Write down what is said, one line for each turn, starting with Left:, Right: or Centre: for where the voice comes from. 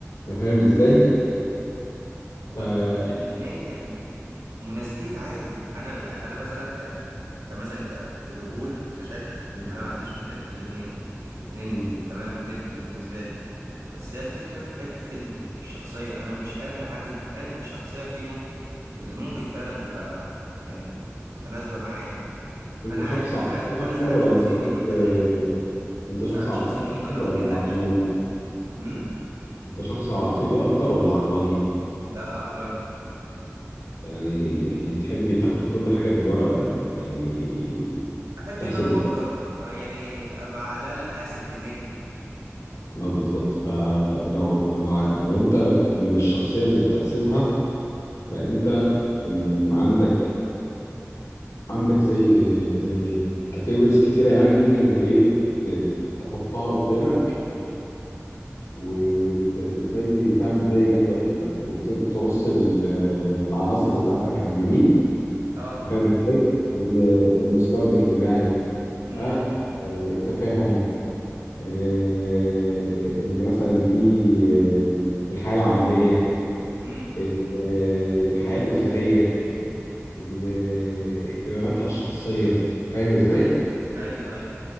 Left: أنت فاهم إزاي؟
Right: هو
Left: ف
Right: الفكرة ان الاتنين يعني مناسبين عادي انا يعني انا مثلا ك كمثلا ك في القبول كشكل
Left: مم.
Right: انا ما عنديش مشكلة في الاتنين الاتنين
Left: مم.
Right: تمام جدا بالنسبة لي بس هي الفكرة في حتة ال- الشخصية انا مش قادر احدد انهي شخصية فيهم اللي ممكن فعلا تبقى يعني متناسبة معايا
Left: أنت
Right: انا عادي
Left: شخص
Right: انا
Left: عاطفي
Right: ساعات
Left: أكتر
Right: انا ساعات
Left: ولا
Right: شخصيتي
Left: شخص
Right: ببقى
Left: آه،
Right: هادي
Left: أنت
Right: وساعات
Left: شخص عاطفي
Right: شخصيتي ممكن
Left: أكتر
Right: اقضيها
Left: ولا
Right: نكش
Left: عقلاني؟
Right: امم
Left: أنت شخص عاطفي أكتر ولا عقلاني؟
Right: لا عقلاني
Left: يعني يعني تحب تاخد كل حاجة بالورقة والقلم يعني
Right: احب
Left: تحسب
Right: ان انا افكر آه، يعني ابقى على الاقل حاسب دنيتي
Left: ما بالظبط فلو لو ع- لو انت من الشخصيه اللي بتحسبها فانت مم، عندك عندك زي إيه- زي كاتيجوريز كتيره يعني ممكن ت- ايه ت- تحطها قدامك وزي تعمل زي جدول كده وترص ال- العناصر بتاعتك على اليمين
Right: اه
Left: أنت فاهم ازاي ال- المستوى الاجتماعي
Right: امم
Left: آه، آه، التفاهم آه، آه، آه، ان مثلا دي آه، الحياه العمليه
Right: امم
Left: ال- آه، الحياة الأسرية ال- اهتماماتها الشخصية فاهم ازاي؟
Right: امم ايوه ايوه